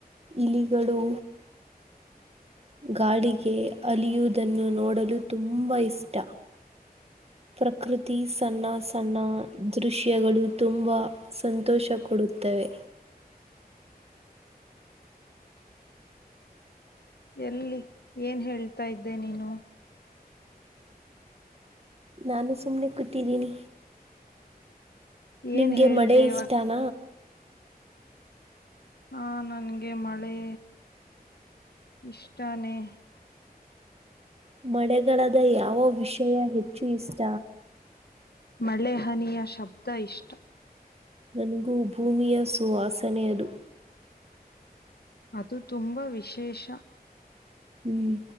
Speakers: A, on the right; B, on the left.
A: ಇಲಿಗಳು ಗಾಡಿಗೆ ಅಲಿಯುವುದನ್ನು ನೋಡಲು ತುಂಬಾ ಇಷ್ಟ ಪ್ರಕೃತಿ ಸಣ್ಣ ಸಣ್ಣ ದೃಶ್ಯಗಳು ತುಂಬಾ ಸಂತೋಷ ಕೊಡುತ್ತವೆ.
B: ಎಲ್ಲಿ ಏನ್ ಹೇಳ್ತಾ ಇದ್ದೆ ನೀನು.
A: ನಾನು ಸುಮ್ನೆ ಕುಟ್ಟಿದ್ದೀನಿ.
B: ಏನ್
A: ನಿಮ್ಗೆ
B: ಹೇಳ್ದೆ
A: ಮಳೆ ಇಷ್ಟಾನ
B: ಇವಾಗ ಹ ನನ್ಗೆ ಮಳೆ ಇಷ್ಟಾನೇ
A: ಮಳೆಗಾಲದ ಯಾವ ವಿಷಯ ಹೆಚ್ಚು ಇಷ್ಟ
B: ಮಳೆ ಹನಿಯ ಶಬ್ದ ಇಷ್ಟ
A: ನನ್ಗೂ ಭೂಮಿಯ ಸುವಾಸನೆಯದು
B: ಅದು ತುಂಬಾ ವಿಶೇಷ
A: ಹ್ಮ್